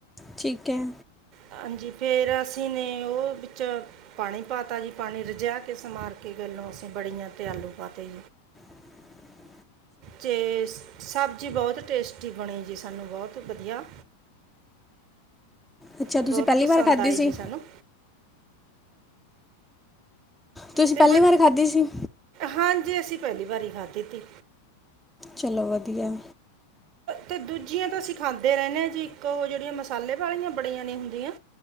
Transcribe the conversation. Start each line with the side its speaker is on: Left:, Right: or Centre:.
Centre: ਠੀਕ ਹੈ।
Right: ਹਾਂਜੀ ਫਿਰ ਅਸੀਂ ਨੇ ਉਹ ਵਿੱਚ ਪਾਣੀ ਪਾ ਤਾ ਜੀ ਪਾਣੀ ਰਜਾ ਕੇ ਸੰਵਾਰ ਕੇ ਗ ਲ ਅਸੀਂ ਬੜੀਆਂ ਤਿਆਲੂ ਪਾਤੇ।
Centre: ਹ <inaudible>
Right: ਜੇ ਸਭ ਜ਼ੀ ਬਹੁਤ ਟੇਸਟੀ ਬਣੀ ਜੀ ਸਾਨੂੰ ਬਹੁਤ ਵਧੀਆ
Centre: ਅੱਛਾ ਤੁਸੀਂ
Right: ਬਹੁਤ
Centre: ਪਹਿਲੀ
Right: ਪਸੰਦ
Centre: ਵਾਰ ਖਾਧੀ
Right: ਆਏ
Centre: ਸੀ
Right: ਜੀ ਸਾਨੂੰ।
Centre: ਤੁਸੀਂ
Right: ਤੇ
Centre: ਪਹਿਲੀ
Right: ਬੜ
Centre: ਵਾਰ ਖਾਧੀ ਸੀ
Right: ਹਾਂਜੀ ਅਸੀਂ ਪਹਿਲੀ ਵਾਰੀ ਖਾਧੀ ਤੀ।
Centre: ਚਲੋ ਵਧੀਆ।
Right: ਤੇ ਦੂਜੀਆਂ ਤੋਂ ਅਸੀਂ ਖਾਂਦੇ ਰਹਿੰਦੇ ਹਾਂ ਜੀ। ਇੱਕ ਉਹ ਜਿਹੜੀਆਂ ਮਸਾਲੇ ਵਾਲੀਆਂ ਬੜੀਆਂ ਨੇ ਹੁੰਦੀਆਂ।